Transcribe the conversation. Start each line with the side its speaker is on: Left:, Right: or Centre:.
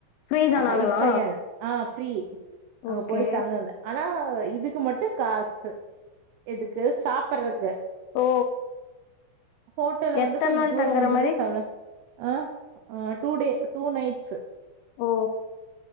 Left: ஃப்ரீ தானா
Right: ஹைஃபையான
Left: அதெல்லா
Right: ஆ ஃப்ரி அங்க
Left: ஓகே
Right: போயி தங்கர்து ஆனா இதுக்கு மட்டு காசு எதுக்கு சாப்பறக்கு
Left: ஓ
Right: ஹோட்டல வந்து
Left: எத்தன்
Right: கொஞ்சந்
Left: நாள்
Right: தூர
Left: தங்குற
Right: வந்ததுன்
Left: மாரி
Right: சொல்ற ஆ அ டூ டே டூ நைட்ஸு
Left: ஓ